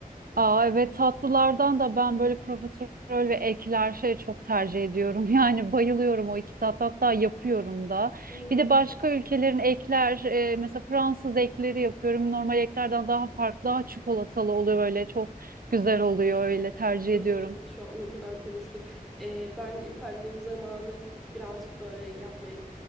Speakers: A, on the right; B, in the centre.
A: Aa, evet tatlılardan da ben böyle profiterol ve ekler şey çok tercih ediyorum. <laughs> Yani bayılıyorum o iki tat hatta yapıyorum da.
B: Ee,
A: Bir de başka ülkelerin ekler e, mesela Fransız ekleri yapıyorum. Normal eklerden daha farklı daha çikolatalı oluyor böyle çok güzel oluyor öyle
B: Evet,
A: tercih
B: canım
A: ediyorum.
B: çekti şu an o kadar konuştuk. Ee, ben pandemi zamanı birazcık böyle yapmayı